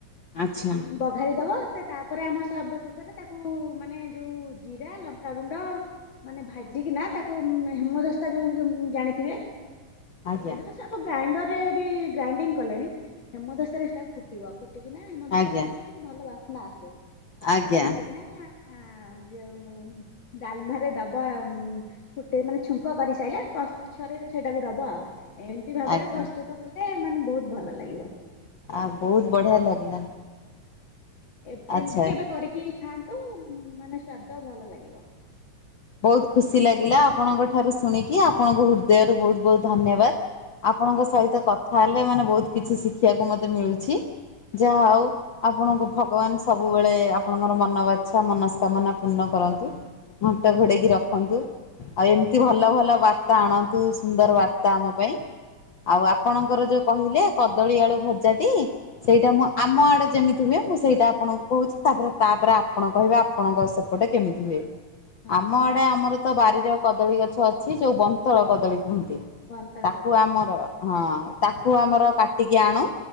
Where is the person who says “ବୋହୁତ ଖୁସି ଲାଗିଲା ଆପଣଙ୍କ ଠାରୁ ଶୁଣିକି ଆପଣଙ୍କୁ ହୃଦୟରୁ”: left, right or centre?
Left